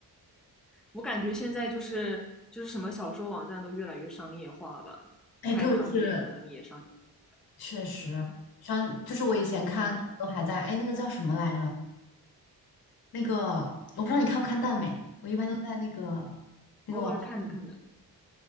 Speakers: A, in the centre; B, on the left (about 70°).
A: 我感觉现在就是就是什么小说网站都越来越商业化吧，
B: 哎，
A: 海棠也可能也商业，
B: 特别是确实，
A: 嗯
B: 像就是我以前看可能都还在，
A: 嗯，
B: 哎，那个叫什么来着？那个我不知道你看不看耽美，我一般都在那个那个网站，
A: 偶尔看着看着。